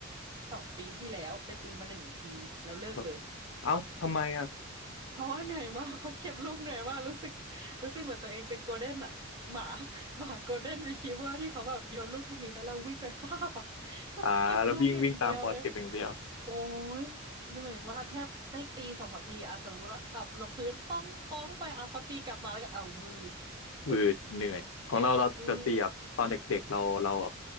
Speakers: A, on the right; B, on the left.
A: สองปีที่แล้วไปตีมาหนึ่งทีแล้วเลิกเลย
B: แบบเอ้าทำไมอ่ะ
A: เพราะว่าเหนื่อยมากเพราะเก็บลูกเหนื่อยมากรู้สึกรู้สึกเหมือนตัวเองเป็นโกลเด้นอะหมาหมาโกลเด้นรีทรีเวอร์ที่เขาแบบโยนลูกเทนนิสแล้วเราวิ่งไปคาบอะ <laughs>
B: อ่าแล้ววิ่งวิ่งตามปอเทปอย่างเดียว
A: เก็บลูกอย่างเดียวเลยโอ้ยเหนื่อยมากแทบได้ตีสองสามทีอะสมมติว่าอ่ะลงพื้นป้องป้องไปอ่ะเขาตีกลับมาแล้วก็เอาวืดจบ
B: วืดเหนื่อยของเราเราจะตีแบบตอนเด็กๆเราเราแบบ
A: เก็บอืม